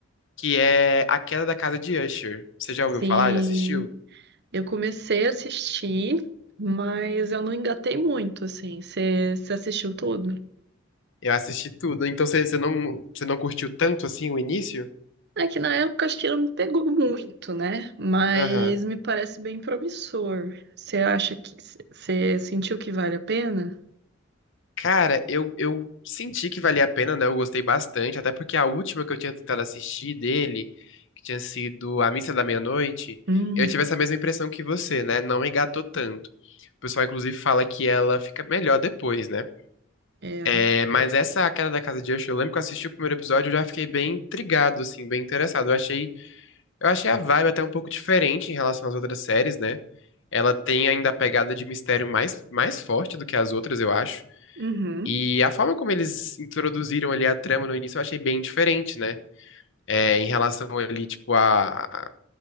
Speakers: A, on the left; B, on the right.
A: que é A Queda da Casa de Usher. Você
B: sim.
A: já ouviu falar? Já assistiu?
B: Eu comecei a assistir, mas eu não engatei muito, assim. Você assistiu tudo?
A: Eu assisti tudo. Então você você não, você não curtiu tanto assim o início?
B: É que na época acho que não me pegou muito, né? Mas
A: Aham.
B: me parece bem promissor. Você acha que você sentiu que vale a pena?
A: Cara, eu, eu senti que valia a pena, né? Eu gostei bastante, até porque a última que eu tinha tentado assistir dele, que tinha sido A Missa da Meia-Noite,
B: Hum,
A: eu tive essa mesma impressão que você, né? Não engatou tanto. O pessoal, inclusive, fala que ela fica melhor depois, né?
B: é.
A: É, mas essa A Queda da Casa de Usher, eu lembro que eu assisti o primeiro episódio, eu já fiquei bem intrigado, assim, bem interessado. Eu achei, eu achei a vibe até um pouco diferente em relação às outras séries, né? Ela tem ainda a pegada de mistério mais, mais forte do que as outras, eu acho.
B: Uhum.
A: E a forma como eles introduziram ali a trama no início eu achei bem diferente, né? É, em relação ali, tipo, a. a-